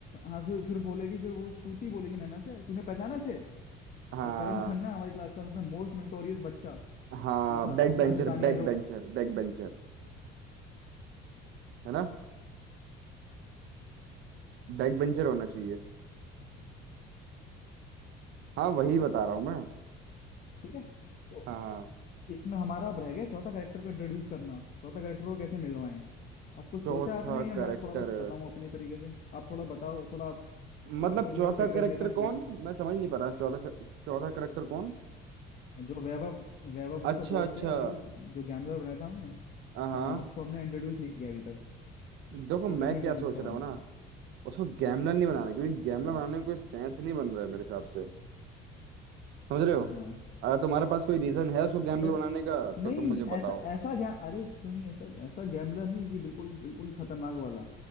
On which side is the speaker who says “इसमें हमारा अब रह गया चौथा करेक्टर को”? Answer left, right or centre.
Left